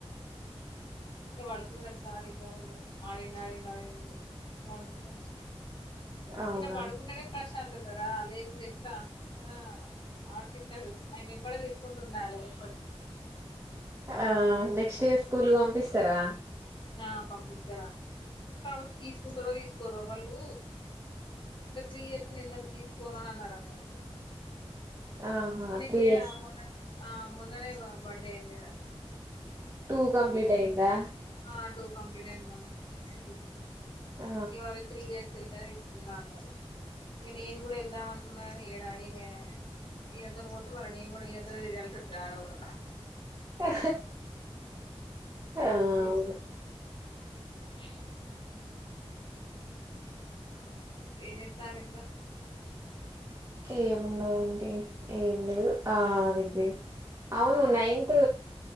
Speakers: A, on the left; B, on the right.
A: ఇ పడుకున్నారు సార్ ఉ ఆడిండు ఆడిండు ఆడిండు పడుకుంటకుంటాడు.
B: అవునా
A: ఇన పడుకుంటేనే ప్రశ్న శంతతారా లేకుండా ఎట్లా ఆ ఆడుపిత్తాడు ఆయన నింబడది ఇ కుంటు ఉండాలి ఎప్పటికీ
B: ఆ నెక్స్ స్కూలు పంపిస్ ఇస్తరా
A: ఆ పంపిస్తారా కాకపోతె తీసుకుంటారో తీసుకోరో వాళ్ళు అంటే త్రీ ఇయర్స్ నిడందే తీసుకోను అని అన్నారు అన్నట్టు
B: ఆహా
A: ఇ
B: త్రీ
A: కేడామ
B: ఇయర్స్
A: ఆ మన్ననే బర్డే అయింది గదా
B: టూ కంప్లీట్ అయిందా
A: ఆ టూ కంప్లీట్ అయింది మొన్న సిక్స్ కి
B: ఆ
A: ఏవ త్రియ సిధ తీసుకుంటా అన్నారు ఇక నేను కూడా వెళ్దాం అనుకున్ డా ఈయన ఈయనతో పోతే మ నేను కూడా ఈయనతోనే తిరిగాల్సి వస్త ఆడ కూడా
B: ఆ! అవును
A: అందుకే ఇంగ ఆ ఏం చేత్తరింక
B: ఏమున్నదంటే ఏమి లేదు ఆ అదీ అవును నైన్త్